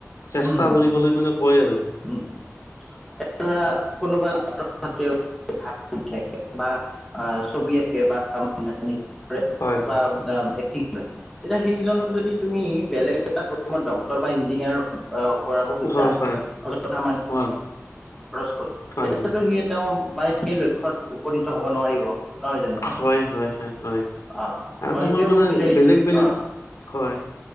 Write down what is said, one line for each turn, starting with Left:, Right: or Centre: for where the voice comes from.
Left: চেষ্টা
Centre: উম হুম
Left: কৰিবলৈ মানে কয় আৰু
Centre: হুম উম এ ধৰা কোনোবা ছাত্ৰ-ছাত্ৰীয়ে। এ এ বা ছবি আঁকে বা নাটনি কৰে
Left: হয় হয়
Centre: বা একটিং কৰে। বে তেতিয়া সেইজনক যদি তুমি বেলেগ এটা পঢ়োৱা ডক্টৰ বা ইঞ্জিনিয়াৰ। অ অকৰাব খুজা
Left: হয় হয়
Centre: অলপ টকা মান।
Left: হয়
Centre: খৰচ কৰে
Left: হয়
Centre: তেতিয়াতো
Left: হয়
Centre: সি তেওঁ মানে সেই লক্ষ্যত উপনীত হব নোৱাৰিব নহয় জানো।
Left: হয় হয় হয় হয়
Centre: আহ,
Left: আৰু
Centre: মই
Left: তোমাৰ
Centre: সেইটোৱে
Left: মানে
Centre: ক'ব বিচাৰিছোঁ
Left: বেলেগ বেলেগ
Centre: আহ,
Left: হয়।